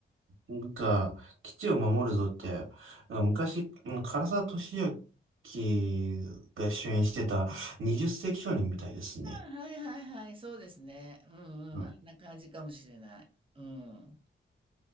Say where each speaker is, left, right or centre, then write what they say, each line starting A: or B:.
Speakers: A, on the right; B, on the right.
A: なんか、基地を守るぞって、なんか昔、うん唐沢寿明が主演してた20世紀少年みたいですね。
B: あはいはいはい、そうですね。うんうん、
A: うん。
B: あんな感じかもしれない。うん。